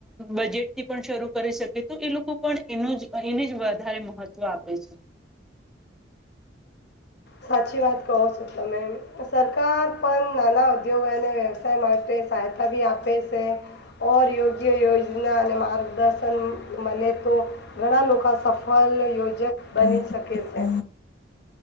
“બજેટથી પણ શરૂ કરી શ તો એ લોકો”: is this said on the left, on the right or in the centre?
Centre